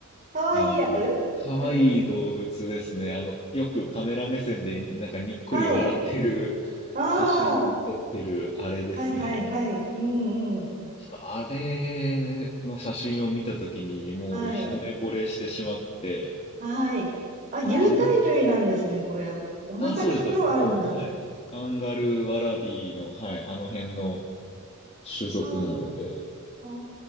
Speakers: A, on the right (about 40°); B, on the left (about 30°).
A: かわいいやつ
B: あの、可愛い動物ですね。
A: <laughs>
B: あの、よくカメラ目線でなんかにっこり笑ってる
A: はい。あー、
B: 写真を撮ってるあれですね。
A: はい、はい、はい。うん、うん。
B: ちょっとあれの写真を見たときに、もう一目惚れしてしまって、
A: はい。はい。あ、有袋類なんですね、
B: もうあの、
A: これ。お腹に袋あるんだ。
B: あ、そうです、そうです。もう、はい。カンガルー、ワラビーの、はい、あの辺の種族なので、
A: あー、